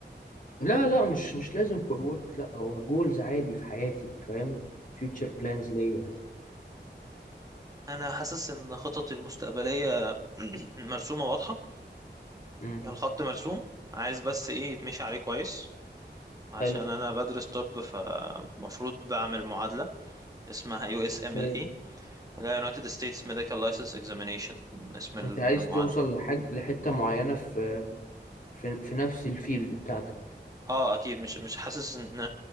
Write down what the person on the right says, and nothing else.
انا حاسس ان خططي المستقبليه <clears throat> مرسومه واضحه
يعني الخط مرسوم عايز بس ايه يتمشي عليه كويس عشان
انا بدرس طب فمفروض بعمل معادله اسمها يو اس
ام ال اي اللي هي United States Medical License Examination اسم المعادله
اه اكيد مش مش حاسس ان